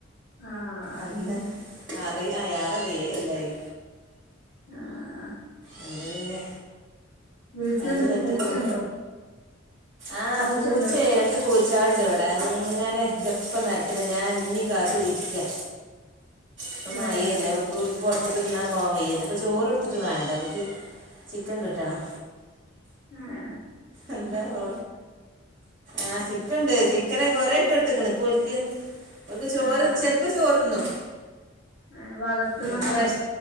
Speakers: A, on the left; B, on the right.
A: ആഹ്
B: അന്ന് ആറ് ആയ് ആറല്ല ഏഴാെല്ലായ്
A: ആഹ്
B: അന്ന് പിന്നെ
A: വീട്ടിലെന്താ
B: രണ്ട് സൽത്ത്ക്കും
A: പൂച്ചണ്ടോ
B: ആഹ്
A: പൂച്ചണ്ടോ
B: പൂച്ചേ രണ്ട് പൂ ച്ചാള്ണ്ട് വെടെ അങ്ങെനെ ഇന്റെപ്പം നടക്ക്ണ് ഞാൻ ഞ്ഞിം കാത്ത് ഇര്ക്ക്യാ ഇപ്പം
A: ഏഹ്
B: മയീയല്ലേ അപ്പോൽക്ക് പൊർത്ത്ക്ക് തിന്നാം പോവാം വെയ്യല്ലോ പ്പൊ ചോറൊട്ത്ത്ട്ട് വേണ്ട വ് ഉം ചിക്കൻ കിട്ടെണം
A: ആഹ്
B: എന്താവോ ആ ചിക്കൻണ്ട് ചി ക്കെന് കൊറേ ഇട്ടൊട്ത്ത്ക്ക്ണ് ഇപ്പോൽക്ക് ഓൽക്ക് ചോറ്
A: ആഹ്
B: ചെൽപ്പം ചോറ്ന്നും
A: ഏഹ് വളർത്തുന്നതാണോ
B: ഏഹ് എത്ര വയസ്